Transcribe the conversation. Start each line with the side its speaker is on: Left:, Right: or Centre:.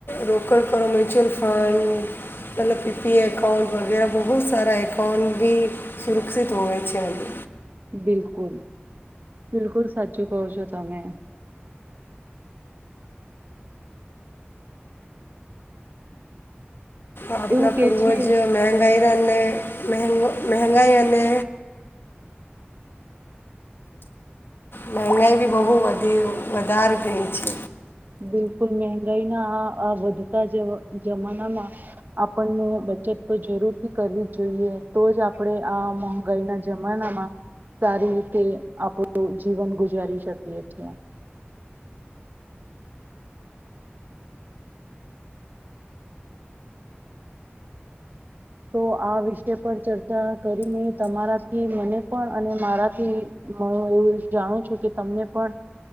Left: રોકડ કરો મ્યુચ્યુઅલ ફંડ ત પીપીઆ એકાઉન્ટ વગેરે બહુ જ સારા એકાઉન્ટ બી સુરક્ષિત હોય છે અને.
Right: બિલકુલ બિલકુલ સાચું કહ છો તમે.
Left: આપણા
Right: એવું
Left: પૂર્વજ
Right: કે છે
Left: મંગાઈ અને મહ મંગાઈ એ અને. મંંગાઈ બી બહુ વધી વધાર રહી છે.
Right: બિલકુલ મગાઈના અ વધતા જ જમાનામાં આપણને બચત તો જરૂરથી કરવી જ જોઈએ તો જ આપણે આ મંગાઈના જમાનામાં સારી રીતે આપણું જીવન ગુજારી શકીએ છેએ. તો આ વિષ પર ચર્ચા કરીને તમારાથી મને પણ અને મારાથી હ એવું જાણું છું કે તમને પણ